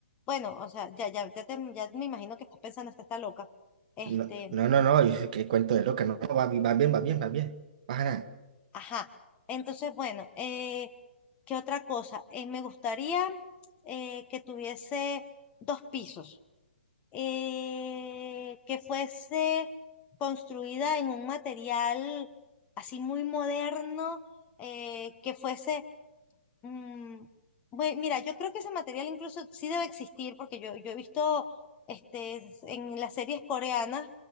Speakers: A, on the left (about 20°); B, on the right (about 40°).
A: Bueno, o sea, ya, ya, ya, te- ya me imagino que estás pensando, esta está loca. Este,
B: No, no, no, no, yo sé que cuento de loca. No, no, va, bi- va bien, va bien, va bien. Baja nada.
A: Ajá. Entonces, bueno, eh, ¿qué otra cosa? Eh, me gustaría eh, que tuviese dos pisos, eh, que fuese construida en un material así muy moderno, eh, que fuese... mm, bue- mira, yo creo que ese material incluso sí debe existir, porque yo, yo he visto este, s- en las series coreanas